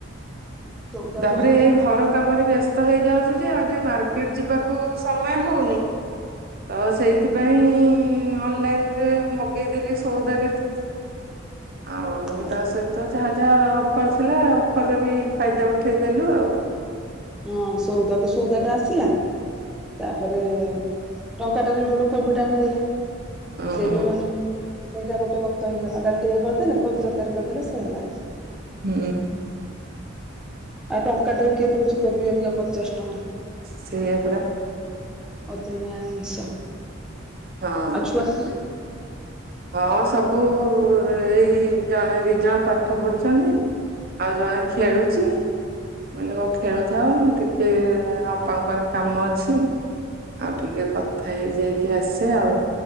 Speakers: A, in the centre; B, on the right.
A: ସଉଦାକୁ
B: ତାପରେ
A: ସଉଦା
B: ଏ
A: ଆସିଲା
B: ଘର କାମରେ ବ୍ୟସ୍ତ ହେଇଯାଉଛୁ ଯେ ଆଉ ଟିକେ ମାର୍କେଟ ଯିବାକୁ ସମୟ ହଉନି। ତ ସେଇଥିପାଇଁ ଅନଲାଇନରେ ମଗେଇଦେଲି ସଉଦା କେତେ। ଆଉ
A: ହଁ
B: ତା ସହିତ ତ ଯାହା ଯାହା ଅଫର୍ ଥିଲା ଅଫରରେ ବି ଫାଇଦା ଉଠେଇଦେଲୁ ଆଉ।
A: ହଁ ସଉଦା କୁ ସଉଦା ଟା ଆସିଲା। ତାପରେ ଟଙ୍କାଟାରେ ବି ଗୋଟେ କୋବି ଟା ମିଳିଲା।
B: ହଁ
A: ସେ ବି ମାନେ ସେଇଟା ଗୋଟେ ବକ୍ତ ହେଇଗଲା। ଡାଲି ଟିକେ କରିଦେଲେ କୋବି ତରକାରୀ କରିଦେଲେ ସେ ହେଲା।
B: ହୁଁ।
A: ଆଉ ଟଙ୍କାଟାରେ କିଏ ଦଉଛି କୋବି ଅବିକା ପଚାଶ ଟଙ୍କା।
B: ସେଇଆପରା।
A: ଅଦିନିଆ ଜିନିଷ।
B: ହଁ।
A: ଆ ଛୁଆ ମାନେ?
B: ହଁ ସବୁ ଏଇ ଜଣ ଦି ଜଣ ପାଠ ପଢୁଛନ୍ତି। ଆଉ ଜଣେ ଖେଳୁଛି। ମୁଁ କହିଲି ହଉ ଖେଳୁଥାଅ ମୁଁ ଟିକେ ଆପାଙ୍କ ପାଖରେ କାମ ଅଛି। ଆଉ ଟିକେ କଥା ହେଇ ଯାଇକି ଆସେ ଆଉ